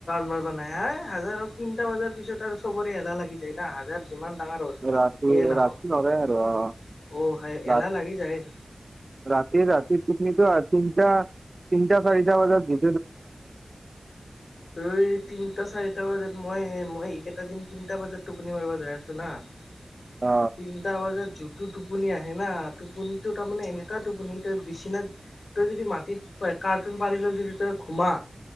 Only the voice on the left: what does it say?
মাৰ ব নাই হাই হাজাৰক তিনটা বজাৰ পিছত আৰু চবৰে এলাহ লাগি যায় না হাজাৰ ইমান ডাঙৰ হ সিয়ে
নহওক
অ এলাহ
লাগি যায়
ই তিনটা চাৰিটা বজাত মই মই এই কেইটা দিন তিনিটা বজাত টোপনি মাৰিবা যাই আছো না <unintelligible>
তিনিটা বজাত যোনটো টোপনি আহে না টোপনিটো তাৰমানে এনেকুৱা টোপনি তাই বিচনাত তই যদি মাটিত কাৰ্টুন পাৰিলৈ যদি তই ঘুমা